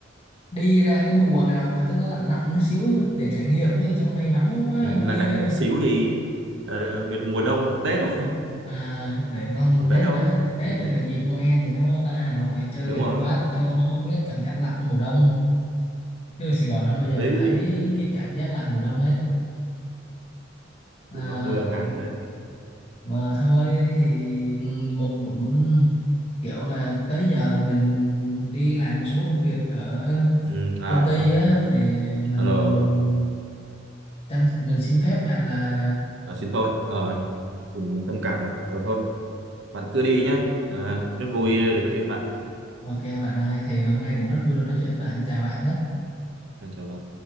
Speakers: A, on the left; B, on the right.
A: đi ra cái mùa nào mà cho nó lạnh lạnh xíu để trải nghiệm chứ trong đây nóng quá
B: ừ, là
A: chưa
B: lạnh
A: bây giờ
B: xíu thì ờ, miền mùa đông hoặc Tết thôi
A: à để vòng
B: <laughs> bằng
A: Tết
B: đấy thôi
A: hả? Tết
B: ừ.
A: đây là dịp Noel thì nó ra Hà Nội chơi
B: đúng
A: thử
B: rồi đúng
A: phát
B: rồi
A: cho nó biết cảm giác lạnh mùa đông chứ ở Sài Gòn không bao
B: hợp
A: giờ
B: lý
A: thấy cái cảm giác lạnh mùa đông hết à,
B: chỉ có mưa nắng rồi
A: mà thôi thì mình cũng kiểu là tới giờ mình đi làm một số công việc ở
B: ừ. à,
A: công ty á thì mình
B: à rồi
A: tranh mình xin phép bạn là
B: à, xin thôi Ờ, mình thông cảm rồi thôi bạn cứ đi nhá à, rất vui được nói chuyện với bạn
A: ok bạn ơi thì hôm nay cũng rất vui được nói chuyện với bạn chào bạn nhé
B: chào bạn